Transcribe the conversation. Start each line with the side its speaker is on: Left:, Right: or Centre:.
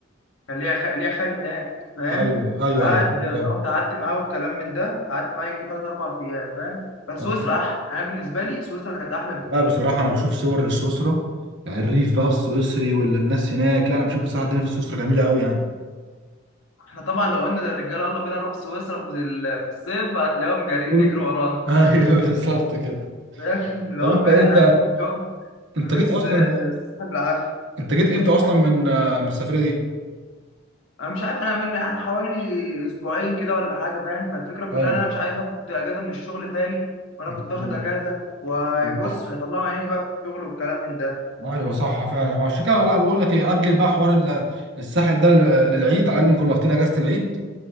Left: كان ليا خ... ليا خال هناك فاهم
Right: ايوه ايوه
Left: فقعد
Right: ايوه بالظبط
Left: فرحت قعدت معاه والكلام من ده قعدت معاه يجي ثلاث اربع ايام فاهم بس
Right: طب
Left: سويسرا احلى انا بالنسبه لي سويسرا كانت احلى بكتير
Right: لا بصراحة أنا بشوف صور لسويسرا يعني الريف بقى السويسري والناس هناك لا أنا بشوف بصراحة الدنيا في سويسرا جميلة أوي يعني
Left: احنا طبعا لو قلنا للرجاله يلا بينا نروح سويسرا في ال- في الصيف هتلاقيهم جارين
Right: قول
Left: يجروا ورانا
Right: أيوه <laughs> بالظبط كده
Left: فاهم اللي
Right: طب
Left: هو
Right: أنت
Left: فاهم
Right: إيه،
Left: احنا
Right: أنت
Left: قاعدين بنكون
Right: أنت
Left: فلوس
Right: جيت أصلا
Left: آه، سحب العافيه
Right: أنت جيت إمتى أصلا من آه، من السفرية دي؟
Left: انا مش عارف انا من انا حوالي اسبوعين كده ولا حاجه فاهم فالفكره كلها
Right: ايوه
Left: ان انا مش عايز اخد اجازه من الشغل تاني وانا
Right: بالظبط.
Left: كنت واخد اجازه وبص
Right: صح
Left: هيطلعوا عيني بقى في الشغل والكلام من ده
Right: ايوه صح فعلا عشان كده لا بقول لك ايه اجل بقى حوار ال- الساحل ده لل- للعيد على الاقل نكون واخدين اجازه العيد